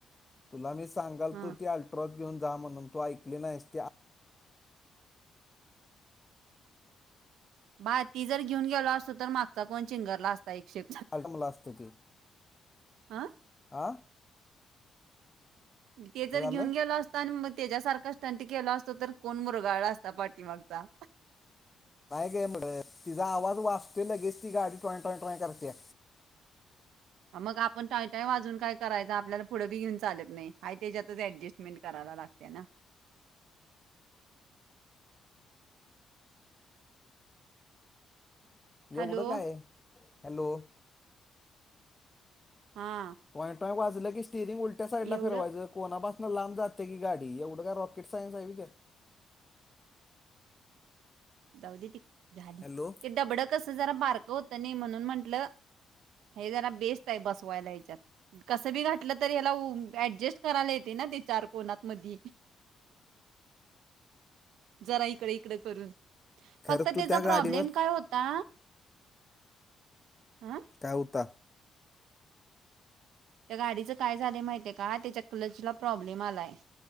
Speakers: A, on the left; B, on the right.
A: तुला मी सांगाल
B: हा
A: तू ती अल्ट्रो घेऊन जा म्हणून तू ऐकली नाहीस त.
B: बाय ती जर घेऊन गेला असतो तर मागचा कोण चिंगरला असता एकशे
A: आटमला असत ते
B: हा
A: आ.
B: ते जर
A: झालं
B: घेऊन गेला अस. आणि त्याच्यासारखा स्टंट केला असतो तर कोण मुरगा असतता पाठीमागचा
A: काय गे मर तिजा आवाज वाचतोय लगेच ती गाडी टोय टॉय टोय करत्या.
B: मग आपण टाय टाय वाजून काय करायच आपल्याला पुढे बी घेऊन चालत नाही हाय त्याच्यातच अडजस्टमेट करायला लाग. गते ना
A: एवढं
B: हॅलो
A: काय हॅलो.
B: हा
A: पॉईंट वाजलं की स्टिरिंग उलट साड ला
B: एवढं
A: फिरवायचं. कोणापासूनं लांब जाते की गाडी एवढं काय रॉकेट सायन्स हाय हुई त्यात.
B: जा झाली
A: हॅलो
B: ते डबडं कस जरा बारक होत नाही म्हणून म्हंटलं. हे जरा बेस्ट आहे बसवायला याच्यात. कसं बी घातलं तर याला ऍडजस्ट करायला येते ना ते चार कोणात मधी. जरा इकडे इकडं करून फक्त
A: खरं तू
B: त्याचा
A: त्या गाडीवर
B: प्रॉब्लेम काय होता हं.
A: त्या उता
B: त्या गाडीचं काय झालं माहितीय का त्याच्या कलचला प्रॉब्लेम आलाय.